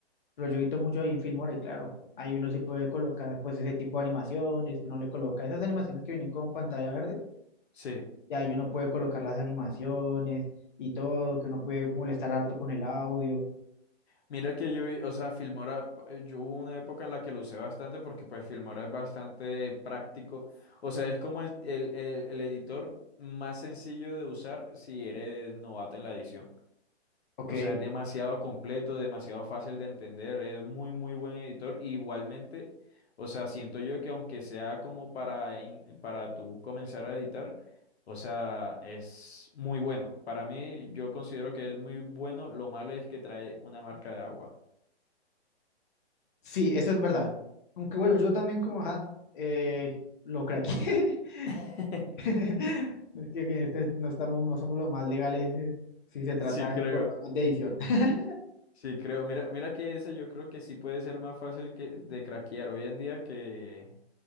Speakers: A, on the left (about 45°); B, on the left (about 70°).
A: pero yo edito mucho ahí en Filmora y claro, ahí uno sí puede colocar pues ese tipo de animaciones que uno le coloca, esas animaciones que vienen con pantalla verde
B: sí.
A: y ahí uno puede colocar las animaciones y todo, que uno puede molestar harto con el audio.
B: Mira que yo vi, o sea, Filmora, eh, yo hubo una época en la que lo usé bastante porque pues Filmora es bastante práctico, o sea, es como el, el, el, el editor más sencillo de usar si eres novato en la edición.
A: Ok,
B: O sea, es demasiado completo, demasiado fácil de entender, es muy, muy buen editor. Y igualmente, o sea, siento yo que aunque sea como para, in- para tú comenzar a editar, o sea, es muy bueno. Para mí, yo considero que es muy bueno. Lo malo es que trae una marca de agua.
A: sí, eso es verdad. Aunque bueno, yo también como, ajá, eh, lo craqué.
B: <laughs>
A: <laughs> Es que que este- no estamos, no somos los más legales eh, si se
B: Sí
A: trata
B: creo,
A: de programas de edición. <laughs>
B: sí creo. Mira, mira que ese yo creo que sí puede ser más fácil que, de craquear hoy en día que,